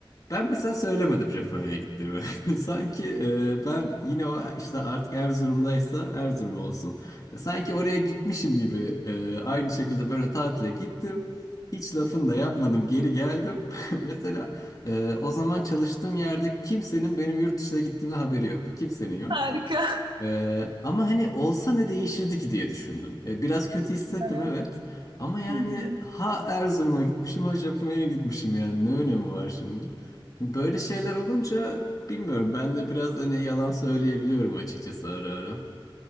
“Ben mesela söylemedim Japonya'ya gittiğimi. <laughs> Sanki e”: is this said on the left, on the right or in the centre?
Left